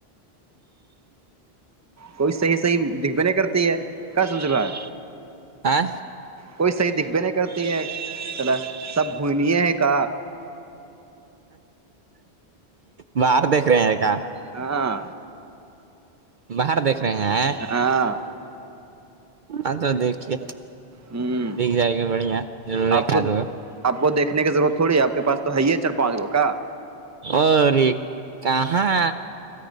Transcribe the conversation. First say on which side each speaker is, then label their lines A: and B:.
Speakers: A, on the right (about 15°); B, on the right (about 55°).
A: کوئی صحیح صحیح دکھبے نہیں کرتی ہے کیا سمجھ با ہے
B: آئ
A: کوئی صحیح دکھبے نہیں کرتی ہے چلا سب بھنیے ہیں کہ
B: باہر دیکھ رہے ہیں کہ
A: ہاں
B: باہر دیکھ رہے ہیں آ
A: ہاں
B: ہاں تو دیکھیے
A: ہوں
B: دکھ جائے گی بڑھیا ضرور
A: آپ
B: ایکا
A: کو
B: دگا
A: آپ کو دیکھنے کی ضرورت تھوڑی ہے آپ پاس تو ہے ہی ہے چار پانچ گو کا
B: اورے کہاں